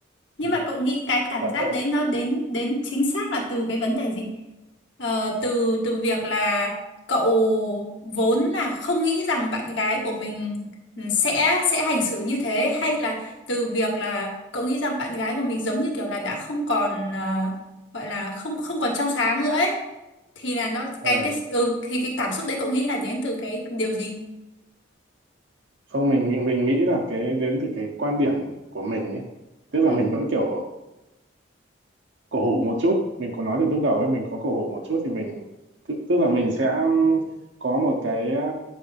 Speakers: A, on the left; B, on the right.
A: Nhưng
B: ừ,
A: mà cậu nghĩ cái cảm
B: bởi,
A: giác
B: bởi,
A: đấy nó đến đến chính xác là từ cái vấn đề gì? Ờ, từ từ việc là cậu vốn là không nghĩ rằng bạn gái của mình ừ, sẽ sẽ hành xử như thế hay là từ việc là cậu nghĩ rằng bạn gái của mình giống như kiểu là đã không còn ờ, gọi là không không còn trong sáng nữa ấy thì là nó
B: ờ,
A: cái cái ừ thì cái cảm xúc đấy cậu nghĩ là đến từ cái điều gì?
B: không mình mình nghĩ là cái đến từ cái quan điểm của mình ấy tức là
A: Ừ.
B: mình vẫn kiểu cổ hủ một chút mình có nói từ lúc đầu ấy mình có cổ hủ một chút thì mình tức tức là mình sẽ um, có một cái à,